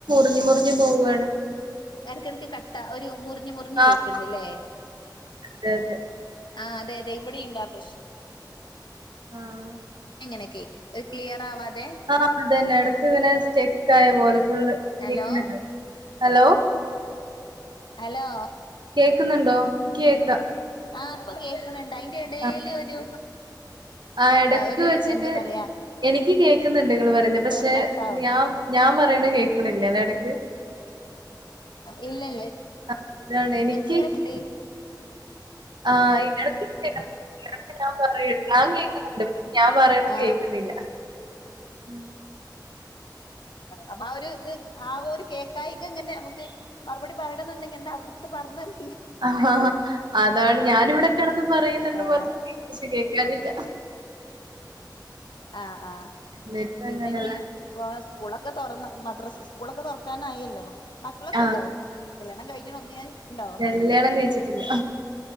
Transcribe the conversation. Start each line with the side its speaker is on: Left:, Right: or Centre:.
Right: മുറിഞ്ഞു മുറിഞ്ഞു പോവാണ്
Left: എടക്കിടക്ക് കട്ട ഒരു മുറിഞ്ഞ് മുറിഞ്ഞ്
Right: ആഹ്
Left: കേക്കണ്ടില്ലേ
Right: അതെ അതെ.
Left: ആഹ് അതെ അതെ ഇവടെ ഉണ്ടാ പ്രശ്നം
Right: ആഹ്.
Left: എങ്ങനെക്കെ ഒരു ക്ലിയർ ആവാതെ
Right: ആഹ് അതന്നെ ഇടക്ക് ഇങ്ങനെ സ്റ്റക്ക് ആയ പോലെ ഫുള്ള്
Left: ഹലോ
Right: കേക്കുന്നുണ്ടോ ഹലോ
Left: ഹലോ
Right: കേക്കുന്നുണ്ടോ എനിക്ക് കേക്കാം.
Left: ആഹ് ഇപ്പൊ കേക്കണുണ്ട് അയിന്റെ എടേലൊരു
Right: ആഹ് ആഹ് എടക്ക്
Left: ഒരു
Right: വെച്ചിട്ട്
Left: എന്താ പറയാ
Right: എനിക്ക് കേൾക്കുന്നുണ്ട് നിങ്ങള് പറയുന്ന പക്ഷെ
Left: ഒരു കട്ടാവണ്
Right: ഞാൻ ഞാൻ പറയണ കേൾക്കണില്ല അല്ലേ ഇടയ്ക്ക്
Left: ഇല്ലില്ല
Right: ആഹ് ഇതാണ് എനിക്ക്
Left: എക്കങ്നുണ്ട്
Right: ആഹ് <unintelligible> ഞാൻ പറ ഞാൻ കേൾക്കുന്നുണ്ട് ഞാൻ പറയണത്
Left: ആഹ്
Right: കേൾക്കുന്നില്ല ഉം
Left: അപ്പൊ ആഹ് ഒരു ഇത് ആഹ് ഒരു കേക്കായിക ഇങ്ങനെ നമുക്ക് മറുപടി പറയണന്നുണ്ടങ്കിൽ എന്താ അവിടുത്തെ പർണത്
Right: ആഹ് അതാണ് ഞാനിവിടെക്കെടന്ന് പറയുന്നുണ്ട്
Left: ആഹ്
Right: മറു പക്ഷെ കേക്കാഞ്ഞിട്ടാ
Left: ആഹ് ആഹ്
Right: എന്നിട്ട്
Left: പിന്നെ
Right: അങ്ങനെല്ല
Left: ഇനി സ്കൂളൊക്കെ തുറന്ന മദ്രസ് സ്കൂളൊക്കെ തുറക്കാനായല്ലോ മക്കളൊക്ക
Right: ആഹ്
Left: ഉണ്ടോ കല്യാണം കഴിഞ്ഞണ് ഒന്നിയാ ഉണ്ടോ
Right: കല്യാണം കൈയ്ച്ചി ട്ടില്ല